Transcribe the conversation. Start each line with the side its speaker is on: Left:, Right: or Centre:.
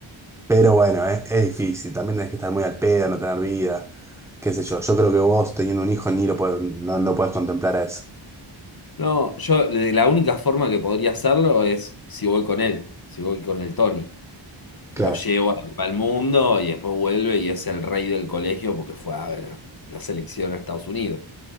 Centre: Pero bueno, es, es difícil. También tenés que estar muy al pedo, no tener vida. Qué sé yo. Yo creo que vos teniendo un hijo ni lo puedes, no, no puedes contemplar a eso.
Left: No, yo de la única forma que podría hacerlo es si voy con él, si voy con el Tony.
Centre: Claro.
Left: Lo llevo al la Mundo y después vuelve y es el rey del colegio porque fue a ver la selección a Estados Unidos.